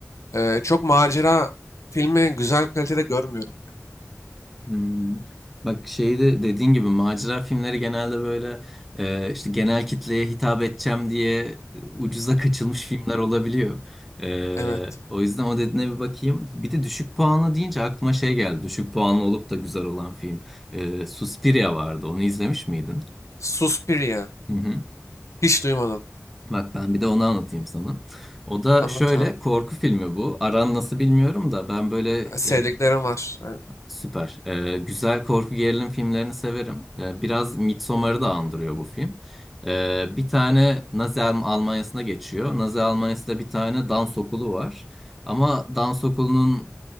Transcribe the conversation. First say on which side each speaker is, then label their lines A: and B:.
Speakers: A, on the left (about 70°); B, in the centre.
A: e, çok macera filmi güzel kalitede görmüyorum.
B: Hmm. Bak şeyi de dediğin gibi macera filmleri genelde böyle e, işte genel kitleye hitap edeceğim diye e, ucuza kaçılmış filmler olabiliyor. E,
A: Evet.
B: o yüzden o dediğine bir bakayım. Bir de düşük puanlı deyince aklıma şey geldi. Düşük puanlı olup da güzel olan film. E, Suspiria vardı. Onu izlemiş miydin?
A: Suspiria.
B: Hı hı.
A: Hiç duymadım.
B: Bak ben bir de onu anlatayım sana. O da
A: Anlat
B: şöyle
A: abi.
B: korku filmi bu. Aran nasıl bilmiyorum da ben böyle
A: Ha, Sevdiklerim
B: ya
A: var. Ha,
B: Süper. Ee, güzel korku gerilim filmlerini severim. Ee, biraz Midsommar'ı da andırıyor bu film. Ee, bir tane Nazi Alm- Almanya'sına geçiyor. Nazi Almanya'sında bir tane dans okulu var. Ama dans okulunun